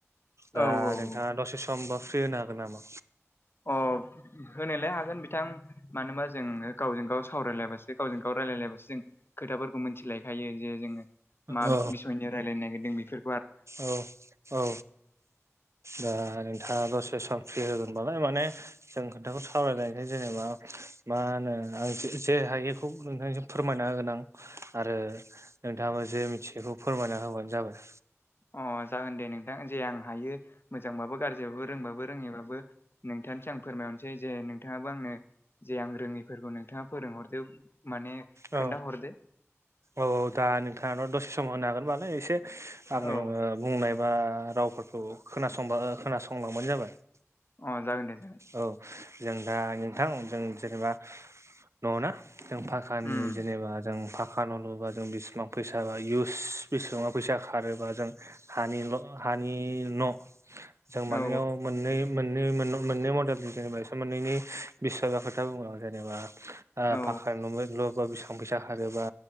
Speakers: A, on the left (about 50°); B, on the right (about 65°).
A: औ
B: दा
A: औ
B: दा दसे समबा फ्रि होनो हागोन नामा?
A: अ होनोलाय हागोन बिथां मानो ओनबा जों गावजों गाव सावरायलायबासो गावजों गाव रायलायलायबासो जों खोथाफोरखौ मिथिलायखायो जे जोङो मा
B: औ
A: बिसयनि रायलायनो नागिरदों बेफोर
B: औ औ दा नोंथाङा दसे सम फ्रि होगोनबालाय माने जों खोथाखौ सावरायलायनोसै जेनेबा। मा होनो आं जेसे हायो नोंथांजों फोरमायना होगोन आं आरो नोंथाङाबो जे मिथियैखौ फोरमायना होबानो जाबाय।
A: अ जागोन दे नोंथां जे आं हायो मोजांबाबो गाज्रिबाबो रोंबाबो रोङिबाबो नोंथानिसो आं फोरमायहरनोसै जे नोंथाङाबो आंनो जे आं रोङिफोरखौ नोंथाङा फोरोंहरदो माने
B: औ
A: खोन्थाहरदो
B: औ औ दा नोंथाङाथ' दसे समाव होनो हागोनबालाय एसे आंनियाव
A: औ
B: बुंनाय बा रावफोरखौ खोनासंबा खोनासंलांबानो जाबाय।
A: अ जागोन दे जागोन।
B: औ जों दा नोंथां जों जेनेबा न' ना जोंं फानो
A: उम
B: जेनेबा जों फा खामानि मावबा जों बिसेबां फैसा बा इउस बेसेबां फैसा खारोबा जों हानिल' हानि न' जों मानेयाव
A: ओ औ
B: मोन्नै मोन्नै मोन मोन्नै मडेलजों जेनेबा एसे मोननैनि बिसय बा खोथा बुंङो जेनेबा ओ
A: औ
B: फाखानि न' लु'बा बिसिबां फैसा खारोबा